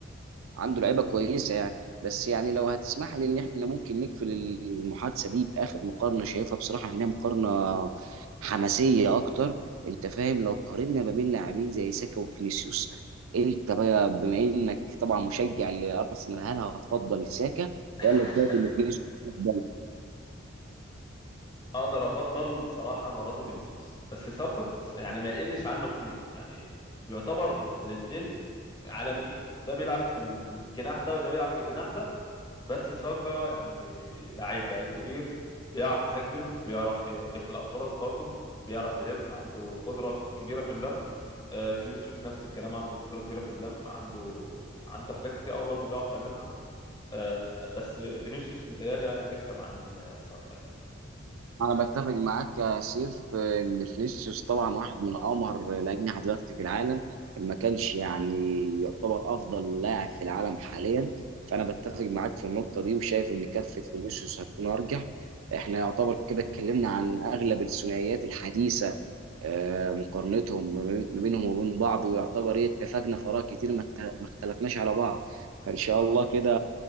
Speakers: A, on the right; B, on the left.
A: عنده لعيبه كويسه يعني بس يعني لو هتسمح لي ان احنا ممكن نقفل المحادثه دي باخر مقارنه شايفها بصراحه انها مقارنه حماسيه اكتر انت فاهم لو قارنا ما بين لاعبين زي ساكا وفينيسيوس انت بقى بما انك طبعا مشجع لارسنال هل هتفضل ساكا
B: <laughs>
A: ولا شايف ان فينيسيوس افضل؟
B: اقدر افضل صراحه المره دي فينيسيوس بس ساكا يعني ما يقلش عنه كتير يعني يعتبر الاثنين عالميين ده بيلعب في الجناح ده وده بيلعب في الجناح ده بس ساكا يعني لعيب لعيب كبير بيعرف يسجل بيعرف ي- يخلق فرص برضه بيعرف يلم عنده قدرة كت- كبيرة في اللم آه، فينيسيوس نفس الكلام عنده قدرة كبيرة في اللم عنده عنده حاجات كتير قوي برضه بيعرف يعملها آه، بس فينيسيوس متهيألي يعني هيكسب عن آه، ساكا يعني
A: انا بتفق معاك يا سيف آه، ان فينيسيوس طبعا واحد من امهر الاجنحه دلوقتي في العالم ما كانش يعني يعتبر افضل لاعب في العالم حاليا فانا بتفق معاك في النقطه دي وشايف ان كفه فينيسيوس هتكون ارجح احنا يعتبر كده اتكلمنا عن اغلب الثنائيات الحديثه آه، مقارنتهم ما بين- ما بينهم وبين بعض ويعتبر ايه اتفقنا في اراء كتير ما ات- ما اختلفناش على بعض فان شاء الله كده